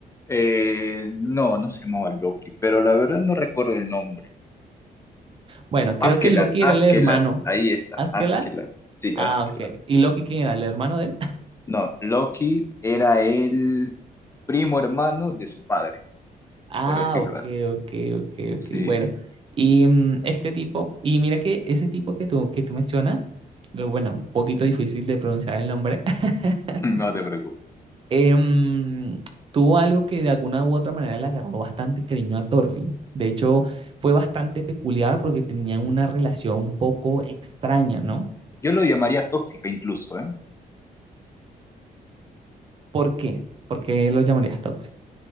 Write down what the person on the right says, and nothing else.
Bueno, creo
que Loki
era el hermano.
¿Askeladd?
Ah,
ok. ¿Y Loki quién era? ¿El hermano de él?
Ah,
ok,
ok, ok, ok.
Bueno,
y mm, este tipo, y mira que ese tipo que tú, que tú mencionas, eh, bueno, un poquito difícil de pronunciar el nombre, <laughs>
em, tuvo algo que de alguna u otra manera le agarró bastante cariño a Thorfinn. De hecho, fue bastante peculiar porque tenían una relación un poco extraña, ¿no?
¿Por qué? ¿Por qué lo llamarías tóxico?